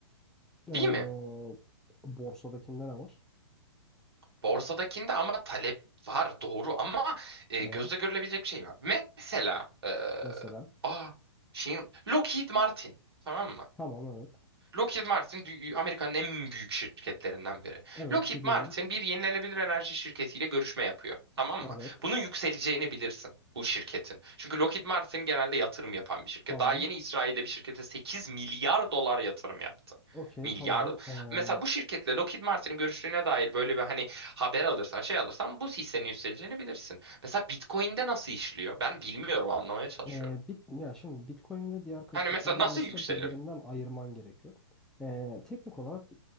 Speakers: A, in the centre; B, on the right.
A: Ee,
B: Değil mi?
A: borsadakinde ne var?
B: Borsadakinde ama talep var doğru ama e,
A: Ee,
B: gözle görülebilecek bir şey var. Mesela e,
A: mesela
B: aa, şeyin Lockheed Martin tamam mı?
A: tamam evet.
B: Lockheed Martin dü- Amerika'nın en büyük şirketlerinden biri.
A: Evet
B: Lockheed
A: biliyorum.
B: Martin bir yenilenebilir enerji şirketiyle görüşme yapıyor. Tamam
A: Evet.
B: mı? Bunun yükseleceğini bilirsin bu şirketin. Çünkü Lockheed Martin genelde yatırım yapan bir şirket.
A: Tamam.
B: Daha yeni İsrail'de bir şirkete 8 milyar dolar yatırım yaptı.
A: Okey
B: Milyar.
A: tamam. Ee,
B: Mesela bu şirketle Lockheed Martin'in görüştüğüne dair böyle bir hani haber alırsan şey alırsan bu hissenin yükseleceğini bilirsin. Mesela Bitcoin'de nasıl işliyor? Ben bilmiyorum anlamaya çalışıyorum.
A: e, bit ya şimdi Bitcoin ve diğer kripto
B: Hani mesela
A: paraları
B: nasıl
A: mesela
B: yükselir?
A: birbirinden ayırman gerekiyor. Ee, teknik olarak